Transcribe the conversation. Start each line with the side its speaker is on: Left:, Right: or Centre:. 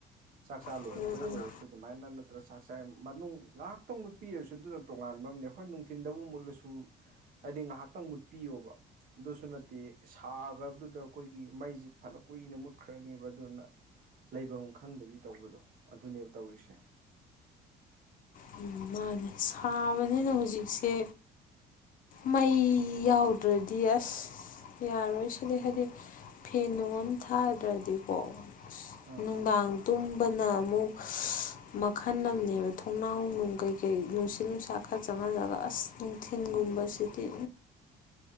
Right: ꯆꯥꯛ ꯆꯥ ꯂꯣꯏꯔꯛꯄꯩ
Left: ꯁꯨꯡꯃꯨꯠ
Right: ꯑꯣꯏꯔꯁꯨ ꯑꯗꯨꯃꯥꯏꯅ ꯅꯠꯇ꯭ꯔ ꯆꯥꯛ ꯆꯥꯏ ꯃꯅꯨꯡ ꯉꯥꯍꯥꯛꯇꯪ ꯃꯨꯠꯄꯤꯔꯁꯨ ꯑꯗꯨꯅ ꯇꯣꯉꯥꯟꯕ ꯑꯃꯅꯦ ꯍꯣꯏ ꯅꯨꯡꯊꯤꯟꯗꯕꯨ ꯃꯨꯠꯂꯁꯨ ꯍꯥꯏꯗꯤ ꯉꯥꯍꯥꯛꯇꯪ ꯃꯨꯠꯄꯤꯌꯣꯕ ꯑꯗꯨꯁꯨ ꯅꯠꯇꯦ ꯁꯥꯒ꯭ꯔꯕꯗꯨꯗ ꯑꯈꯣꯏꯒꯤ ꯃꯩꯁꯤ ꯐꯅ ꯀꯨꯏꯅ ꯃꯨꯠꯈ꯭ꯔꯅꯤꯕ ꯑꯗꯨꯅ ꯂꯩꯐꯝ ꯈꯪꯗꯕꯤ ꯇꯧꯕꯗꯣ ꯑꯗꯨꯅꯦꯕ ꯇꯧꯔꯤꯁꯦ
Left: ꯎꯝ ꯃꯥꯅꯦ ꯁꯥꯕꯅꯤꯅ
Right: ꯎꯝ
Left: ꯍꯨꯖꯤꯛꯁꯦ ꯃꯩ ꯌꯥꯎꯗ꯭ꯔꯗꯤ ꯑꯁ ꯌꯥꯔꯣꯏ ꯁꯤꯗꯤ ꯍꯥꯏꯗꯤ ꯐꯦꯟ ꯅꯨꯡ ꯑꯝ ꯊꯥꯗ꯭ꯔꯗꯤꯀꯣ
Right: ꯑꯥ
Left: ꯅꯨꯡꯗꯥꯡ ꯇꯨꯝꯕꯅ ꯑꯃꯨꯛ ꯃꯈꯜ ꯑꯝꯅꯦꯕ ꯊꯣꯡꯅꯥꯎ ꯅꯨꯡ ꯀꯩꯀꯩ ꯅꯨꯡꯁꯤꯠ ꯅꯨꯡꯁꯥ ꯈꯔ ꯆꯪꯍꯜꯂꯒ ꯑꯁ ꯅꯨꯡꯊꯤꯟꯒꯨꯝꯕꯁꯤꯗꯤ
Right: ꯎꯝ